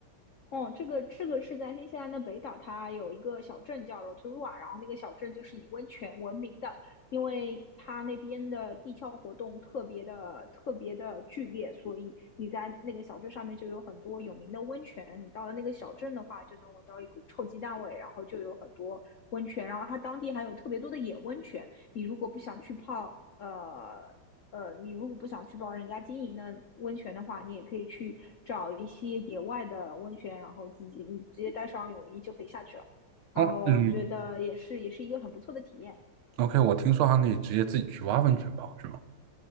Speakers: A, on the left; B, on the right.
A: 哦，这个这个是在新西兰的北岛，它有一个小镇叫 Rotorua，然后那个小镇就是以温泉闻名的，因为它那边的地壳活动特别的特别的剧烈，所以你在那个小镇上面就有很多有名的温泉。你到了那个小镇的话，就能闻到一股臭鸡蛋味，然后就有很多温泉，然后它当地还有特别多的野温泉。你如果不想去泡呃呃，你如果不想去帮人家经营的温泉的话，你也可以去找一些野外的温泉，然后自己你直接带上泳衣就可以下去了。然后我觉得也是，
B: 哦，嗯
A: 也是一个很不错的体验。
B: ，OK，我听说还可以直接自己去挖温泉泡，是吗？